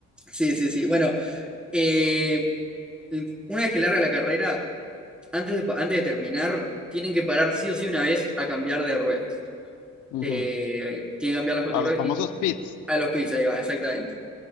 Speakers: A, in the centre; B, on the left (about 80°).
A: Sí, sí, sí. Bueno, eh, una vez que larga la carrera, antes de, pa- antes de terminar, tienen que parar sí o sí una vez a cambiar de ruedas.
B: Ujú.
A: Eh, tienen que cambiar las cuatro
B: A
A: ruedas
B: los famosos
A: y
B: pits.
A: a los pits, ahí va, exactamente.